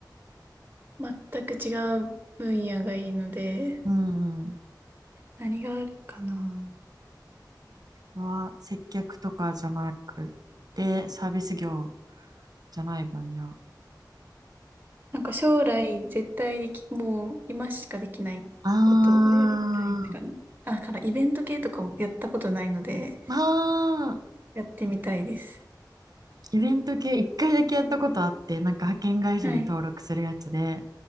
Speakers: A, on the right; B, on the right.
A: 全く違う分野がいいので、
B: うん
A: 何があるかな。
B: うん。は接客とかじゃなくてサービス業じゃない分野。
A: なんか将来絶対でき、もう今しかできないことをやりたいって感じ。
B: あー
A: あ、だからイベント系とかもやったことないので、
B: あー
A: やってみたいです。
B: イベント系一回だけやったことあってなんか派遣会社に登録するやつで、
A: はい。